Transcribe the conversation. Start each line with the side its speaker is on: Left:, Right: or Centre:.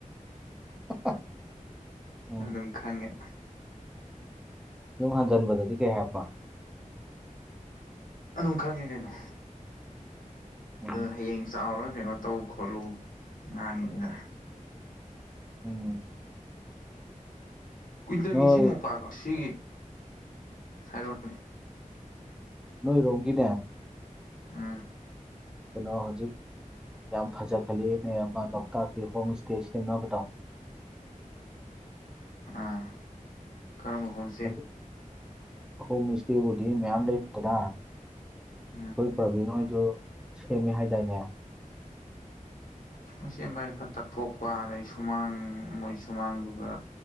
Centre: <inaudible> ꯎꯝ
Left: ꯑꯗꯨꯝ ꯈꯪꯉꯦ
Centre: ꯌꯨꯝ ꯍꯟꯖꯟꯕꯗꯗꯤ ꯀꯩ ꯍꯥꯏꯔꯛꯄ
Left: ꯑꯗꯨꯝ ꯈꯪꯉꯦ ꯀꯩꯅꯣ
Centre: ꯎꯝ
Left: ꯍꯌꯦꯡ ꯆꯥꯎꯔꯒ ꯀꯩꯅꯣ ꯇꯧ ꯈꯣꯠꯂꯨ ꯉꯥꯡꯉꯦ ꯈꯔ
Centre: ꯎꯝ
Left: ꯀ꯭ꯋꯤꯟꯇꯜꯒꯤ
Centre: ꯅꯣꯏ
Left: ꯁꯤ ꯃꯣꯝꯄꯥꯛꯁꯤ ꯍꯥꯏꯔꯛꯑꯣꯅꯦ
Centre: ꯅꯣꯏ ꯔꯣꯝꯒꯤꯅꯦ
Left: ꯎꯝ
Centre: ꯀꯩꯅꯣ ꯍꯧꯖꯤꯛ ꯌꯥꯝ ꯐꯖꯈꯜꯂꯤꯅꯦ ꯑꯃ ꯂꯣꯛꯇꯥꯛꯀꯤ ꯍꯣꯝ ꯁ꯭ꯇꯦ ꯁꯦꯝꯅꯕꯗꯣ
Left: ꯑꯥ ꯀꯔꯝꯕ ꯍꯣꯝ
Centre: ꯍꯥꯏꯕꯗꯤ ꯍꯣꯝ ꯁ꯭ꯇꯦꯕꯨꯗꯤ ꯃꯌꯥꯝ ꯂꯩꯗꯅ ꯑꯩꯈꯣꯏ
Left: ꯎꯝ
Centre: ꯄ꯭ꯔꯕꯤꯟ ꯍꯣꯏꯗꯨ ꯁꯦꯝꯃꯦ ꯍꯥꯏꯗꯥꯏꯅꯦ
Left: ꯃꯣꯏꯁꯦꯝꯕ ꯍꯥꯏꯁꯦ ꯈꯔ ꯇꯛꯊꯣꯛꯄ ꯑꯗꯩ ꯁꯨꯃꯥꯡ ꯃꯣꯏ ꯁꯨꯃꯥꯡꯗꯨꯒ